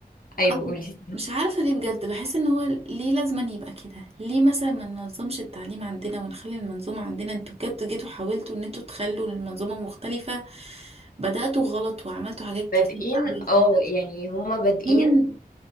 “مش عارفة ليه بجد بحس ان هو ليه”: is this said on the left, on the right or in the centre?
Right